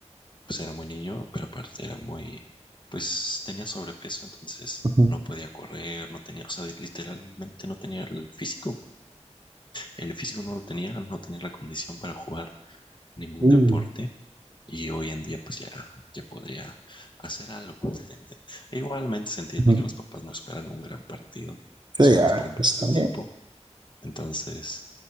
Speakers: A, on the left; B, on the right.
A: pues era muy niño, pero aparte era muy, pues tenía sobrepeso, entonces
B: <laughs>
A: no podía correr, no tenía, o sea, literalmente no tenía el físico. El físico no lo tenía, no tenía la condición para jugar ningún
B: Uh,
A: deporte. Y hoy en día pues ya, ya podría hacer algo. <laughs> E Igualmente se entiende
B: ujú.
A: que los papás no esperan un gran partido,
B: Sí,
A: solo
B: ah,
A: esperan pasar
B: es también
A: el tiempo Entonces,